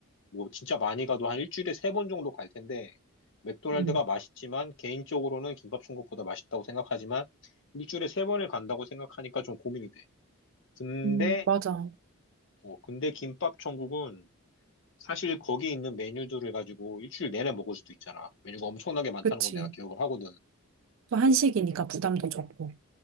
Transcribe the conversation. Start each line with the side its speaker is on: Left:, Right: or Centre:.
Left: 뭐 진짜 많이 가도 한 일주일에 세 번 정도 갈 텐데 맥도날드가
Right: 응,
Left: 맛있지만 개인적으로는 김밥 천국보다 맛있다고 생각하지만 일주일에 세 번을 간다고 생각하니까 좀 고민이 돼. 근데
Right: 음, 맞아.
Left: 어, 근데 김밥 천국은 사실 거기 있는 메뉴들을 가지고 일주일 내내 먹을 수도 있잖아. 메뉴가 엄청나게 많다는
Right: 그치.
Left: 건 내가 기억을 하거든.
Right: 또 한식이니까 부담도 적고.